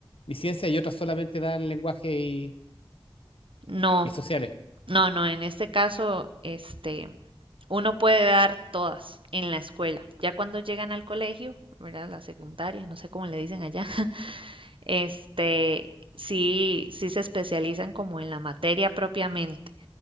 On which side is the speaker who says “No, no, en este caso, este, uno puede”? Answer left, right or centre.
Right